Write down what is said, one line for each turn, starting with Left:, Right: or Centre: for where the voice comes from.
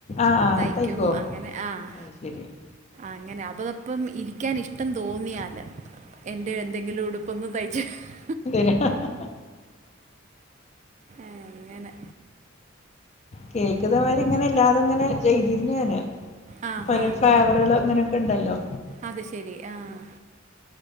Left: ആഹ് ആഹ്
Right: തയ്ക്കും
Left: തൈക്കോ
Right: അങ്ങനെ ആഹ്
Left: അത് ശരി
Right: അങ്ങനെ അതപ്പം ഇരിക്കാൻ ഇഷ്ടം തോന്നിയാല്. എൻ്റെ എന്തെങ്കിലും ഉടുപ്പൊന്ന് തയ്ച് -
Left: തില് ഹ ഹ
Right: അങ്ങനെ
Left: കേൾക്ക്തേമാരിങ്ങനെ എല്ലാതും ഇങ്ങനെ ചെയ്തിരുന്നു ഞാന്.
Right: ആ
Left: പല
Right: ഹാ
Left: ഫ്ലേവറുകളും അങ്ങനെക്കെ ഇണ്ടല്ലോ
Right: അത് ശെരി ആഹ്.